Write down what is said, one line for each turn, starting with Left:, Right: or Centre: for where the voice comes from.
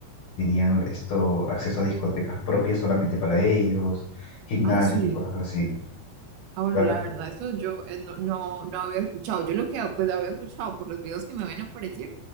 Left: tenían esto, acceso a discotecas propias solamente para ellos, gimnasios
Right: Ay, sí.
Left: y cosas así.
Right: Ah, bueno,
Left: Claro.
Right: la verdad, eso yo eh, no, no, no había escuchado. Yo lo que pues había escuchado por los videos que me habían aparecido